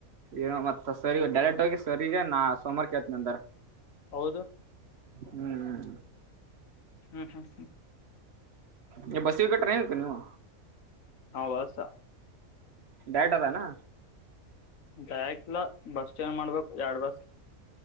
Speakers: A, on the right (about 50°); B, on the left (about 70°).
A: ಇವತು ಮತ್ತತ್ ಸರಿ ರಿಗೆ ಡೈರೆಕ್ಟ್ ಹೋಗಿ ಸರಿಗೆ ನಾ ಸೋಮವಾರ ಕೇಳ್ತನೆ ಅಂದಾರ
B: ಹೌದು
A: ಹ್ಮ್
B: ಹ್ಮ್ ಹ್ಮ್ ಹ್ಮ್
A: ನೀ ಬಸ್ಗೆ ಹೋಗುತೆಯ ಟ್ರೈನ್ಗೆ ಹೋಗುತೆಯ ನೆವ
B: ನವಸ
A: ಡೈರೆಕ್ಟ್ ಆದ ಏನೂ
B: ಡೈರೆಕ್ಟ್ ಇಲ್ಲ ಬಸ್ ಚೇಂಜ್ ಮಾಡಬೇಕು ಎಡು ಬಸ್